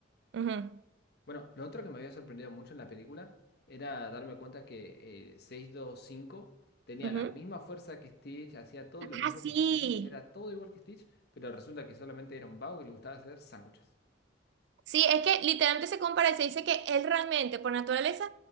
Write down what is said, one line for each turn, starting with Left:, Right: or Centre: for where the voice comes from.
Right: Ujú,
Left: Bueno, lo otro que me había sorprendido mucho en la película era darme cuenta que eh, 625 tenía
Right: ujú.
Left: la misma fuerza que Stitch, hacía todo lo mismo
Right: Ah, sí.
Left: que Stitch, era todo igual que Stitch, pero resulta que solamente era un vago que le gustaba hacer sándwiches.
Right: Sí, es que literalmente se compara y se dice que él realmente, por naturaleza,